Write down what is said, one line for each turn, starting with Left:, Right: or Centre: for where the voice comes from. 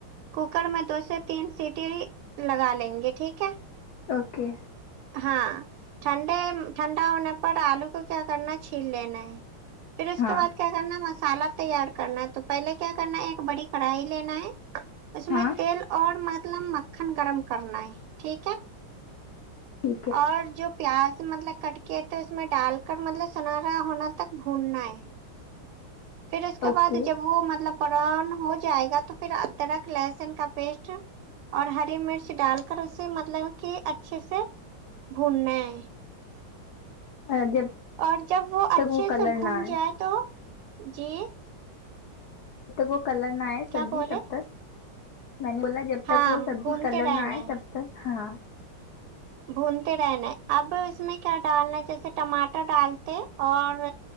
Right: کوکر میں دو سے تین سیٹی لگا لیں گے ٹھیک ہے
Left: اوکے
Right: ہاں ٹھنڈے ٹھنڈا ہونے پر آلو کو کیا کرنا ہے چھیل لینا ہے پھر اس
Left: ہاں
Right: کے بعد کیا کرنا مصالا تیار کرنا ہے تو پہلے کیا کرنا ہے ایک بڑی کڑھائی لینا ہے اس
Left: ہاں
Right: میں تیل اور مطلب مکھن گرم کرنا ہے ٹھیک ہے
Left: ٹھیک ہے
Right: اور جو پیاز مطلب کٹ کے تو اس میں ڈال کر مطلب سنہرا ہونا تک بھوننا ہے پھر اس کے
Left: اوکے
Right: بعد جب وہ مطلب برون ہو جائے گا تو پھر ادرک لہسن کا پیسٹ اور ہری مرچ ڈال کر اسے مطلب کہ اچھے سے بھوننا ہے
Left: اور جب
Right: اور جب وہ اچھے
Left: تک کلر
Right: سے بھون
Left: نہ آئے
Right: جائے تو جی
Left: جب تک وہ کلر نہ آہے سبزی
Right: کیا بولے
Left: تب تک میں نے بولا جب تک
Right: ہاں
Left: وہ سبزی
Right: بھونتے
Left: کلر
Right: رہنا
Left: نہ آئے
Right: ہے
Left: تب تک ہاں
Right: بھونتے رہنا ہے اب اس میں کیا ڈالنا ہے جیسے ٹماٹر ڈالتے اور